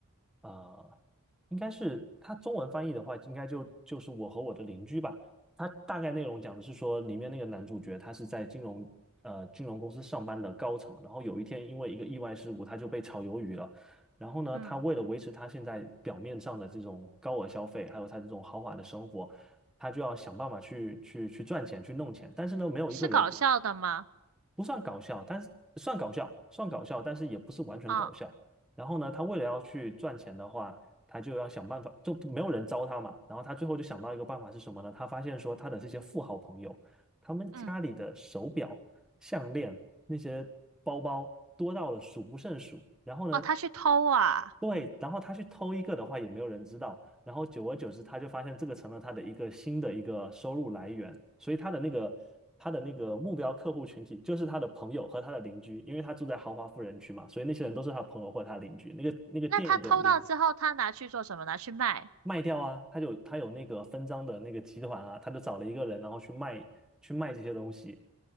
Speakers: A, in the centre; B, on the right.
A: 呃，应该是它中文翻译的话，应该就就是我和我的邻居吧。它大概内容讲的是说，里面那个男主角他是在金融呃金融公司上班的高层，然后有一天因为一个意外事故，他就被炒鱿鱼了。然后呢，
B: 嗯，
A: 他为了维持他现在表面上的这种高额消费，还有他这种豪华的生活，他就要想办法去去去赚钱，去弄钱。但是呢，没有一个人可
B: 是搞笑的吗？
A: 不算搞笑，但是算搞笑，算搞笑，但是也不是完全搞笑。
B: 啊、
A: 然后呢，他为了要去赚钱的话，他就要想办法，就没有人招他嘛。然后他最后就想到一个办法是什么呢？他发现说他的这些富豪朋友，他们家里的手表、
B: 嗯，
A: 项链、那些包包多到了数不胜数。然后呢，
B: 哦，他去偷啊，
A: 对，然后他去偷一个的话，也没有人知道。然后久而久之，他就发现这个成了他的一个新的一个收入来源，所以他的那个他的那个目标客户群体就是他的朋友和他的邻居，因为他住在豪华富人区嘛，所以那些人都是他朋友或者他的邻居。那个那个电影的名字
B: 那他偷到之后，他拿去做什么？拿去卖。
A: 卖掉啊，他就他有那个分赃的那个集团啊，他就找了一个人，然后去卖去卖这些东西。